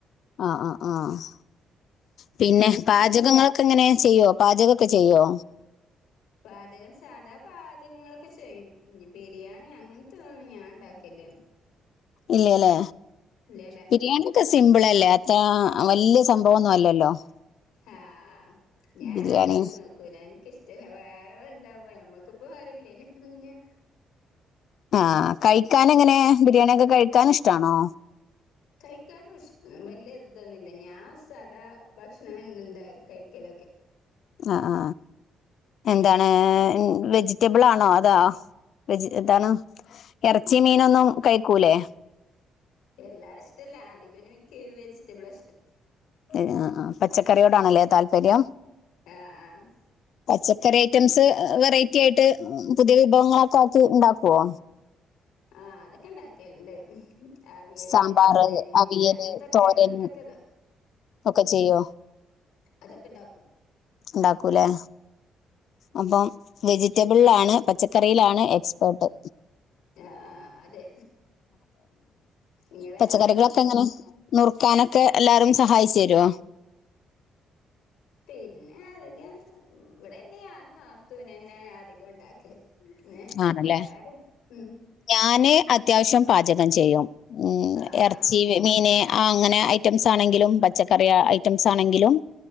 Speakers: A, on the left; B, on the left.
A: ആ ആ ആ പിന്നെ പാചകങ്ങളൊക്കെ എങ്ങനെ ചെയ്യോ പാചകൊക്കെ ചെയ്യോ
B: പാചകം സാധാ പാചകങ്ങളൊക്കെ ചെയ്യും ഇ ബിരിയാണി അങ്ങനത്തെ ഒന്നും ഞാൻ ഉണ്ടാക്കല്ലേ
A: ഇല്ലല്ലേ
B: ഇല്ലല്ല
A: ബിരിയാണി ഒക്കെ സിമ്പിൾ അല്ലേ വലിയ സംഭവംന്നും അല്ലല്ലോ
B: ആഹ ഞാൻ
A: ബിരിയാണി
B: ഇമക്ക് നോക്കൂന എനിക്ക ഇഷ്ട ഇല്ല വേറെ ഇണ്ടാൻ പോ നമ്മക്കിപ്പോ ആരല്ലല്ല പിന്നെ
A: ആഹ കഴിക്കാന എങ്ങനെ ബിരിയാണിയൊക്കെ കഴിക്കൻ ഇഷ്ടാണോ
B: കഴിക്കൻ ഇഷ്ട്ട വലിയ ഇതൊന്നുമില്ല ഞാൻ സാധാ ഭക്ഷണം എന്താ കഴിക്കലൊക്കെ
A: ആ ആ എന്താണ് വെജിറ്റബിൾ ആണോ അതാ വെജി എന്താണ് ഇറച്ചി മീനൊന്നും കഴിക്കൂലേ
B: എല്ലാരും ഇഷ്ടല്ല അധി - എനിക്ക് വെജിറ്റബിൾ അണ് ഇഷ്ടം
A: ആ പച്ചക്കറിയോടാണല്ലേ താല്പര്യം
B: ആഹ് ആഹ്
A: പച്ചക്കറി ഐറ്റംസ് വെറൈറ്റി ആയിട്ട് പുതിയ വിഭവങ്ങളൊക്കെ ആക്കി ഉണ്ടാക്കുവോ
B: ആഹ അതൊക്കെ ഇണ്ടാക്കിയലുണ്ട് അവിയല്
A: സാമ്പാറ്
B: തോരന്
A: അവിയല്
B: അങ്ങനത്തൊക്കെ
A: തോരൻ
B: അങ്ങനത്തൊക്കെതാ
A: ഒക്കെ ചെയ്യോ
B: അതൊക്കെ ഇണ്ടാക്കും
A: ഉണ്ടാക്കൂലേ അപ്പം വെജിറ്റബിളിലാണ് പച്ചക്കറിയിലാണ് എക്സ്പേർട്ട്
B: ആഹ ആ അതെ ഇങ്ങളെല്ലാം
A: പച്ചക്കറികളൊക്കെ
B: ഉണ്ടാക്കുവോ
A: എങ്ങനെ നറുക്കാന ക്കെ എല്ലാരും സഹായിച്ചു തരുമോ
B: പിന്നെ അ ഇവിടെ ഇനന്നത്തുനന്നെ അധികം ഉണ്ടാക്കല് പിന്നെ
A: ആണല്ലേ
B: വേറെ ആര് ഉം
A: ഞാന് അത്യാവശ്യം പാചകം അം ചെയ്യും ഉം
B: ആഹ്
A: ഇറച്ചി മീന് ആ അങ്ങനെ ഐറ്റംസ് ആണെങ്കിലും പച്ചക്കറിയ ഐറ്റംസ് ആണെങ്കിലും